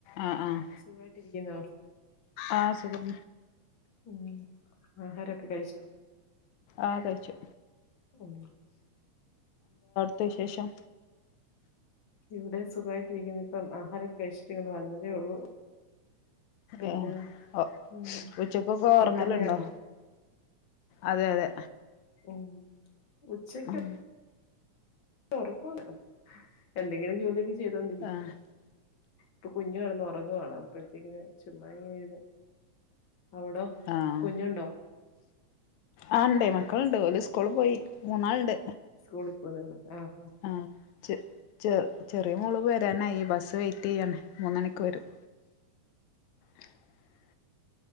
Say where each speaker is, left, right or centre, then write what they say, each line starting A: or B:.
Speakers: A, on the left; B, on the left.
A: ആഹ് ആഹ്
B: സുഖായിട്ടിരിക്കുന്നോ
A: ആഹ് സുഖം
B: ഉ ആഹാരൊക്കെ കഴിച്ചോ
A: ആകയ്ച്ചു
B: ഉം
A: ത്തശേഷം
B: ഇവിടെ സുഖമായിട്ട് ഇരിക്കുന് <unintelligible> ഇപ്പം ആഹാരൊക്കെ കഴിച്ചിട്ട് ഇങ്ങോ് വന്നതേ ഉള്ളു പിന്നെ
A: ഏഹ് ഓ
B: ഉ
A: ഉച്ചക്കൊക്കെ ഉറങ്ങലുണ്ടോ
B: വീട്ടമ്മയാണോ
A: അതെ അതെ
B: ഉ ഉച്ചക്ക്
A: ആഹ്
B: ഒറക്കൂല ന്ന് എന്തെങ്കിലും ജോലിയൊക്കെ ചെയ്തോണ്ടിരിക്കും
A: ആഹ്
B: ഇപ്പൊ കുഞ്ഞു കെടന്നു ഉറങ്ങവാണ് അപ്പഴത്തേക്കിന് ചുമ്മാ ഇങ്ങനെ അവിടോ
A: ആഹ
B: കുഞ്ഞുണ്ടോ
A: ആ ഉണ്ടേ മക്കളുണ്ടേ ഓല് സ്കൂള് പോയി മൂന്നാൾ ണ്ട്
B: സ്കൂളിൽ പോകുന്നേ ഉള്ളൂ ആഹ്
A: ആഹ് ചെറ ചെറിയ മോള് വരാനായി ഈ ബസ്സ് വെയിറ്റ് ചെയ്യണേ മൂന്നണിക്ക് വരും <unintelligible>